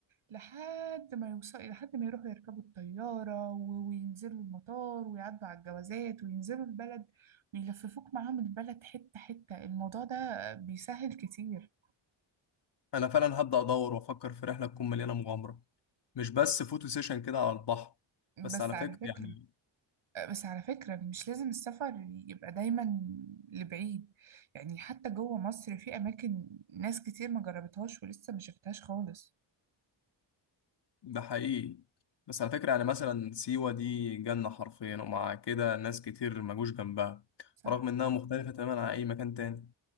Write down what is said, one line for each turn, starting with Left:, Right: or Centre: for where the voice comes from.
Right: لحد ما يوصلوا لحد ما يروحوا يركبوا الطيارة و- وينزلوا المطار ويعدوا على الجوازات وينزلوا البلد ويلففوك معاهم البلد حتة حتة الموضوع ده بيسهل كتير
Left: انا فعلا هبدا ادور وافكر في رحلة تكون مليانة مغامرة مش بس فوتو سيشن كده على البحر بس
Right: بس
Left: على
Right: على
Left: فكرة
Right: فكرة
Left: يعني
Right: بس على فكرة مش لازم السفر يبقى دايما لبعيد يعني حتى جوه مصر في أماكن ناس كتير ما جربتهاش ولسه ما شفتهاش خالص
Left: ده حقيقي بس على فكرة يعني مثلا سيوة دي جنة حرفيا ومع كده ناس كتير مجوش جنبها
Right: صح
Left: رغم إنها مختلفة تماما عن أي مكان تاني